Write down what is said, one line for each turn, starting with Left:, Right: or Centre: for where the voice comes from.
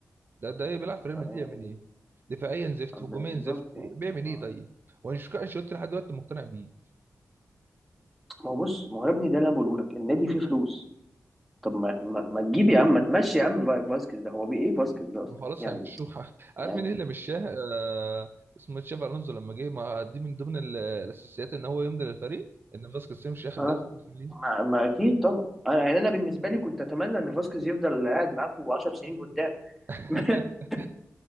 Right: ده ده بيلعب في ريال
Centre: آه،
Right: مدريد يعمل ايه دفاعيا زفت
Centre: يعني
Right: هجوميا
Centre: بالظبط
Right: زفت إيه-
Centre: يعني
Right: بيعمل
Centre: آه.
Right: ايه طيب وانا مش انشيلوتي لحد دلوقتي مقتنع بيه
Centre: ما هو بص ما هو يا ابني ده اللي انا بقوله لك النادي فيه فلوس طب ما ما, ما تجيب يا عم ما تمشي يا عم فا- فاسكيز ده هو بيه ايه فاسكيز ده اصلا
Right: خلاص
Centre: يعني
Right: هيمشوها <laughs> عارف
Centre: يعني
Right: مين اللي مشاه آه اسمه تشافي الونزو لما جه ما دي من ضمن ال- الاساسيات ان هو يمضي للفريق ان فاسكيز يمشي ياخد
Centre: اه
Right: ده موسم ليه
Centre: ما, ما اكيد طبعا انا يعني انا بالنسبه لي كنت اتمنى ان فاسكيز يفضل قاعد معاكم 10 سنين قدام
Right: <laughs>
Centre: <laughs>